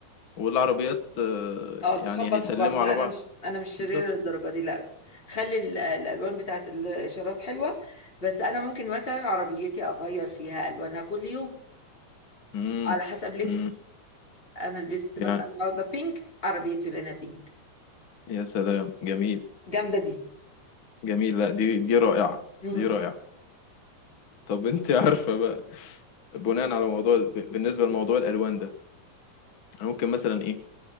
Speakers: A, on the left (about 50°); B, on the left (about 15°).
A: والعربيات آه،
B: اه
A: يعني
B: تخبط
A: هيسلموا
B: في بعض لا
A: على
B: انا
A: بعض
B: مش انا مش شريرة
A: بالظبط
B: للدرجة دي لا خلي ال- الالوان بتاعت الاشارات حلوة بس انا ممكن مثلا عربيتي اغير فيها الوانها كل يوم
A: امم
B: على حسب لبسي
A: امم
B: انا لبست
A: يعني
B: مثلا النهارده بينك عربيتي لونها بينك
A: يا سلام جميل
B: جامدة دي
A: جميل لا دي دي رائعة
B: امم
A: دي رائعة طب انت عارفة بقى بناء على موضوع ال- بالنسبة لموضوع الالوان ده أنا ممكن مثلا ايه